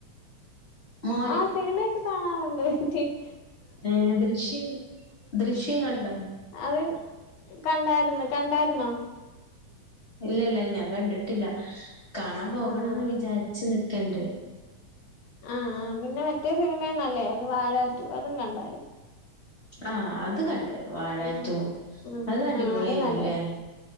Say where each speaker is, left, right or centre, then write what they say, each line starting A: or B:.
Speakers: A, on the left; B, on the left.
A: മോന്
B: ആ സിനിമയൊക്കെ കാണാറുണ്ട് ടി -
A: ഏയെ ദൃശ്യം ദൃശ്യം കണ്ടോ
B: അത് കണ്ടായിരുന്നു കണ്ടായിരുന്നോ
A: ഇല്ല ഇല്ല ഞാൻ കണ്ടിട്ടില്ല കാണാൻ പോകണന്ന്
B: ആഹ്
A: വിചാരിച്ച് നിക്കണ്ട്
B: ആഹ് ആഹ് പിന്നെ മറ്റേ സിനിമയും നല്ലായിരുന്നു വാഴാ റ്റു അതും കണ്ടായിരുന്നു
A: ആഹ് അത് കണ്ട് വാഴാ
B: ഉം
A: റ്റു
B: ഉം
A: അത് അടിപൊളിയാനു
B: ആഹ് അത് നല്ലയായിരുന്നു
A: അല്ലേ?